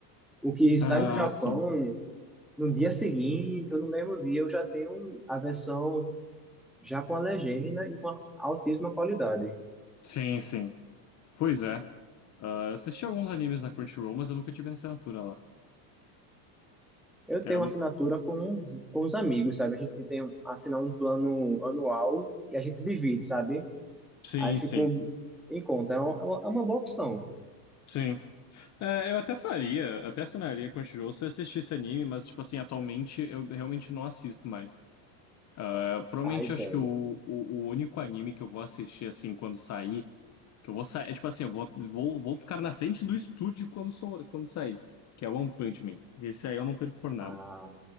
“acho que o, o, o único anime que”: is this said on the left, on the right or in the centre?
Left